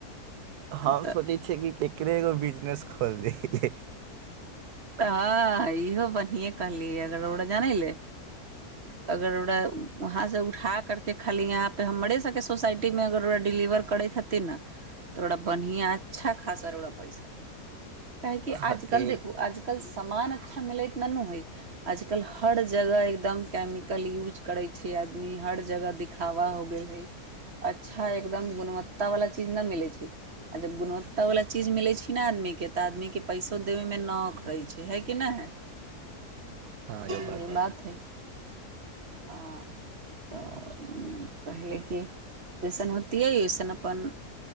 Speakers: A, on the right; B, on the right.
A: हम
B: तऽ
A: सोचै छियै कि एकरे एगो बिजनेस खोलि दैके।
B: तऽ इहो बढ़ियेँ कहलि अगर रउरा जानैले अगर रउरा वहाँसँ उठा करि कऽ खाली यहाँपे हमरे सभके सोसाइटीमे अगर रउरा डिलीवर करैत हथिन ने तोरा बन्हिआँ अच्छा खासा रउरा पैसा हइ। काहेकि
A: हते
B: आज-कल देखू आज कल सामान अच्छा मिलैत ननू हइ। आजकल हर जगह एकदम केमिकल यूज करै छै आदमी। हर जगह दिखाबा हो गेल हइ। अच्छा एकदम गुणवत्ता वला चीज न मिलै छै। आ जब गुणवत्ता वला चीज मिलैत छै ने आदमीके तऽ आदमीके पैसो देबे मे न अख- रै छै। हइ कि नहि हइ?
A: हँ इहो
B: इहे बात हइ। हँ तऽ उम्म कहली कि जैसन होतियै ओइसन अपन